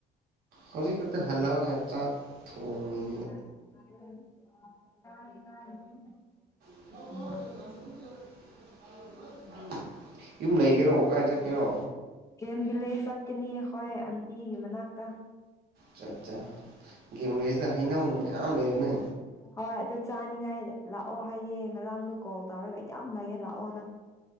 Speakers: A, on the right (about 65°); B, on the left (about 20°).
A: ꯍꯧꯖꯤꯛ ꯈꯛꯇ ꯍꯜꯂꯛꯑꯒ ꯆꯥꯛ ꯊꯣꯡ
B: <unintelligible>
A: <unintelligible>
B: ꯎꯝ
A: ꯌꯨꯝ ꯂꯩꯒꯦꯔꯣ ꯀꯥꯏ ꯆꯠꯀꯦꯔꯣ
B: ꯀꯦꯝ ꯕꯤꯂꯦꯖ ꯆꯠꯀꯅꯤ ꯑꯍꯣꯏ ꯑꯟꯇꯤꯒꯤ ꯃꯅꯥꯛꯇ
A: ꯆꯠ ꯆꯥ ꯒꯦꯝ ꯕꯤꯂꯦꯖꯇ ꯍꯩꯅꯧ ꯃꯌꯥꯝ ꯂꯩꯕꯅꯦ
B: ꯍꯣꯏ ꯑꯗꯨ ꯆꯥꯅꯤꯡꯉꯥꯏ ꯂꯥꯛꯑꯣ ꯍꯥꯏꯌꯦ ꯉꯔꯥꯡꯗꯣ ꯀꯣꯜ ꯇꯧꯔꯒ ꯌꯥꯝ ꯂꯩꯌꯦ ꯂꯥꯛꯑꯣꯅ